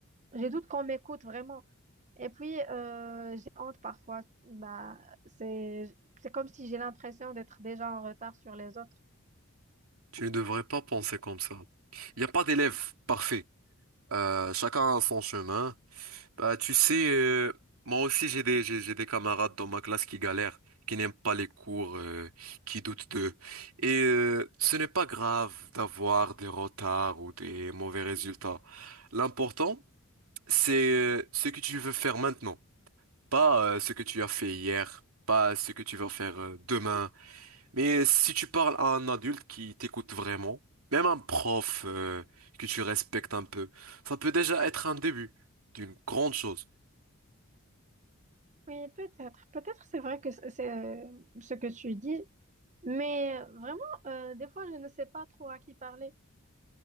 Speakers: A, on the right; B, on the right.
A: je doute qu'on m'écoute vraiment. Et puis, euh, j'ai honte parfois. Bah, c'est, c'est comme si j'ai l'impression d'être déjà en retard sur les autres.
B: Tu ne devrais pas penser comme ça. Il n'y a pas d'élève parfait. Euh, chacun a son chemin. Bah, tu sais, euh, moi aussi j'ai des j'ai j'ai des camarades dans ma classe qui galèrent, qui n'aiment pas les cours, euh, qui doutent d'eux. Et euh, ce n'est pas grave d'avoir des retards ou des mauvais résultats. L'important, c'est euh, ce que tu veux faire maintenant, pas euh, ce que tu as fait hier, pas ce que tu vas faire euh, demain. Mais si tu parles à un adulte qui t'écoute vraiment, même un prof euh, que tu respectes un peu, ça peut déjà être un début d'une grande chose.
A: Oui, peut-être. Peut-être c'est vrai que c'est c'est euh, ce que tu dis. Mais vraiment, euh, des fois, je ne sais pas trop à qui parler.